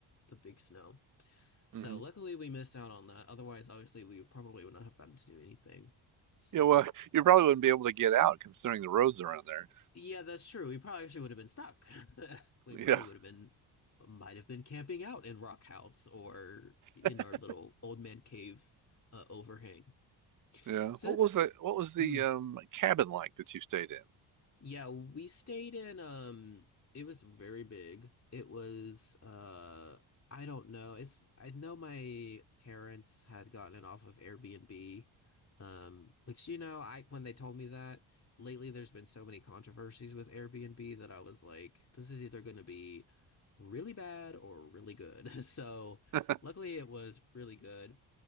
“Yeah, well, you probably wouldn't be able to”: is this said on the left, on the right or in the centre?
Right